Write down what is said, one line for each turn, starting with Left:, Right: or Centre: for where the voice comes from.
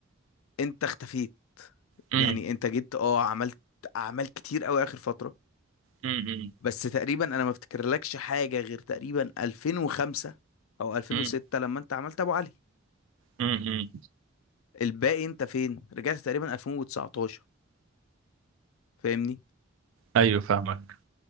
Left: انت اختفيت
Right: امم
Left: يعني انت جيت اه عملت اعمال كتير قوي اخر فترة
Right: امم
Left: بس تقريبا انا ما افتكرلكش حاجه غير تقريبا 2005 او 2006
Right: امم
Left: لما انت عملت ابو علي
Right: امم
Left: الباقي انت فين رجعت تقريبا 2019 فاهمني
Right: ايوه فاهمك